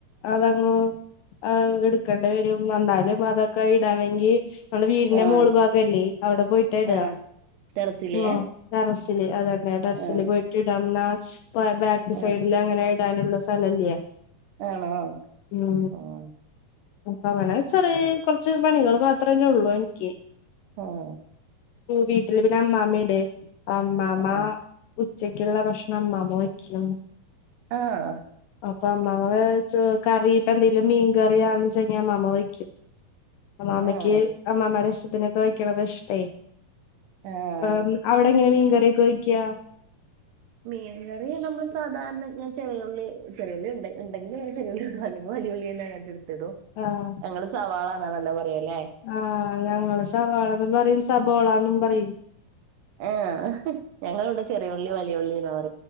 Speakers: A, on the left; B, on the right.
A: അതങ്ങ് ആഹ് എടുക്കേണ്ടി വെരും വന്നാലും അതൊക്കെ ഇടണെങ്കി നമ്മടെ വീടിന്റെ
B: ആഹ്
A: മോള് ഭാഗല്ലേ അവടെ പോയിട്ടാ ഇട
B: ആഹ് ടെറസിലേ
A: മ് ഡെറസില് അതന്നെ ഡെറസില്
B: ആഹ്
A: പോയിട്ട് ഇടാം എന്നാ ബാ ബാക്ക് സൈഡില്
B: ആഹ്
A: അങ്ങനെ ഇടാനുള്ള സ്ഥല ഇല്ല്യയെ
B: ആണോ
A: മ്
B: ആഹ്
A: അപ്പം അങ്ങനെ ചെറി കൊറച്ച് പണികള് ബാ അത്രന്നേ ഉള്ളു എനിക്ക്
B: ആഹ്
A: വീട്ടില് പിന്നെ അമ്മാമ്മയിണ്ട് അമ്മാമ്മ
B: ആഹ്
A: ഉച്ചക്കൊള്ള ഭക്ഷണം അമ്മാമ്മ വെക്കും
B: ആഹ്
A: അപ്പൊ അമ്മാമ്മ കറി ഇപ്പ എന്തെലും മീൻ കറിയാന്ന് വെച്ച് കയിഞ്ഞ അമ്മാമ്മ വെക്കും അമ്മാമ്മയ്ക്ക്
B: ആഹ്
A: അമ്മാമ്മേടെ ഇഷ്ടത്തിനൊക്കെ വെയ്ക്കണത് ഇഷ്ടേ
B: ആഹ്
A: അപ്പം അവടെ എങ്ങനെ മീൻകറി ഒക്കെ വെക്ക്യാ
B: മീൻകറി നമ്മൾ സധാരണ ഞാൻ ചെറിയുള്ളി ചെറിയുള്ളി ഉണ്ടെ ഉണ്ടെങ്കി ഞാൻ <unintelligible> വലിയുള്ളി തന്നെ എടുത്തിടോ
A: ആഹ്
B: ഞങ്ങള് സവാളാന്നാ <unintelligible> പറയല്ലേ
A: ആഹ് ഞങ്ങള് സവാളാന്നും പറയും സബോളാന്നും പറയും
B: ആഹ് ഞങ്ങള് ഇവടെ ചെറിയുള്ളി വലിയുള്ളിന്നാ പ